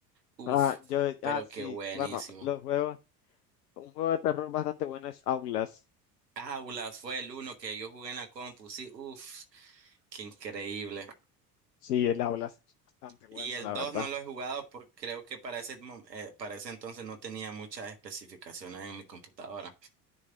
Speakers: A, on the right; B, on the left.
A: Uff,
B: Ah, yo,
A: pero
B: ah, sí,
A: qué buenísimo.
B: bueno, los juegos, un juego de terror bastante bueno es Aulas.
A: Aulas fue el uno que yo jugué en la compu, sí, uff, qué increíble.
B: Sí, el Aulas es bastante bueno,
A: Y el
B: la
A: 2
B: verdad.
A: no lo he jugado porque creo que para ese, mom- eh, para ese entonces no tenía muchas especificaciones en mi computadora.